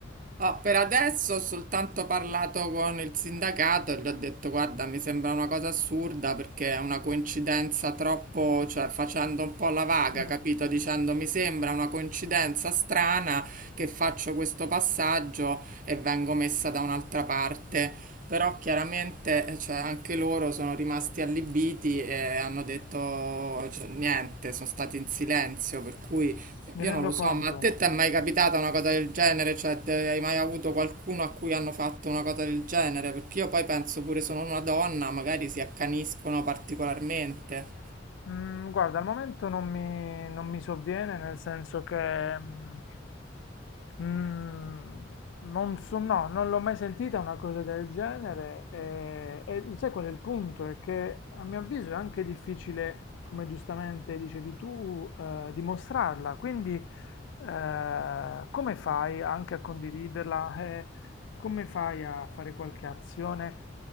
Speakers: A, on the right; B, on the left.
A: Ah, per adesso ho soltanto parlato con il sindacato e gli ho detto: Guarda, mi sembra una cosa assurda perché è una coincidenza troppo, cioè facendo un po' la vaga,
B: Mm.
A: capito? Dicendo mi sembra una coincidenza strana che faccio questo passaggio e vengo messa da un'altra parte. Però chiaramente, eh, cioè, anche loro sono rimasti allibiti e hanno detto, cioè, niente, sono stati in silenzio, per cui.
B: Mi
A: Io
B: rendo
A: non lo so,
B: conto.
A: ma a te ti è mai capitata una cosa del genere? Cioè, te- hai mai avuto qualcuno a cui hanno fatto una cosa del genere? Perché io poi penso pure sono una donna, magari si accaniscono particolarmente.
B: Mm, guarda, al momento non mi, non mi sovviene, nel senso che mm, mm, non so, no, non l'ho mai sentita una cosa del genere. E, e sai qual è il punto? È che a mio avviso è anche difficile, come giustamente dicevi tu, eh, dimostrarla. Quindi, eh, come fai anche a condividerla? Eh, come fai a fare qualche azione?